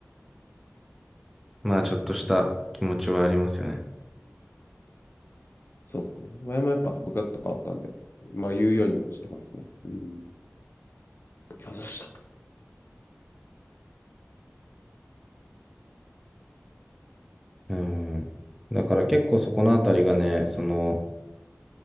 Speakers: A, in the centre; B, on the left (about 55°).
A: まあちょっとした気持ちはありますよね。
B: そうですね。前もやっぱ部活とかあったんで、まあ言うようにはしてますね。うん。いや、した
A: うん。だから結構そこのあたりがね、その、